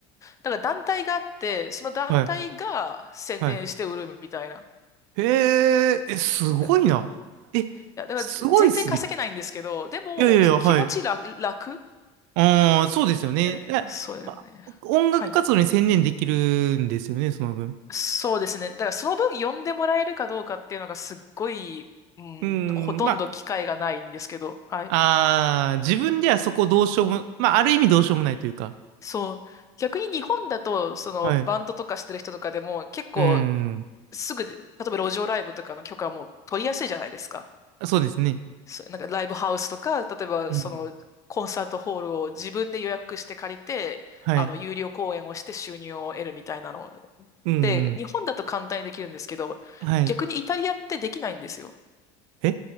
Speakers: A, on the left; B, on the right.
A: だから団体があって、その団体が宣伝して売るみたいな。
B: はい。はい。へえ、え、すごいな。
A: だから、い
B: え、
A: や、だからぜ全然稼げないんですけど、
B: すごいっすね。
A: でも、
B: いやいやいや、
A: 気持ち楽、
B: はい。
A: 楽、
B: ああ、そうですよね。
A: うん、
B: え、
A: そうだよね。
B: ま、音楽活動に専念できるんですよね、
A: はい。
B: その分。
A: そうですね。だからその分呼んでもらえるかどうかっていうのがすっごい、うん、
B: うー
A: ほとんど機会がないんですけど、
B: ん、ま
A: はい。
B: あ、あー自分ではそこどうしようも、まあ、ある意味どうしようもないというか。
A: そう。逆に日本だと、そのバンドとかしてる人とかでも結構
B: はい。うーん、
A: すぐで、例えば路上ライブとかの許可も取りやすいじゃないですか。
B: そうですね。
A: そうなんかライブハウスとか、例えばそのコンサートホールを自分で予約して借りて、
B: うんはい。
A: あの、有料公演をして収入を得るみたいなの。
B: うんうん。
A: で、日本だと簡単にできるんですけど、
B: はい。
A: 逆にイタリアってできないんですよ。
B: え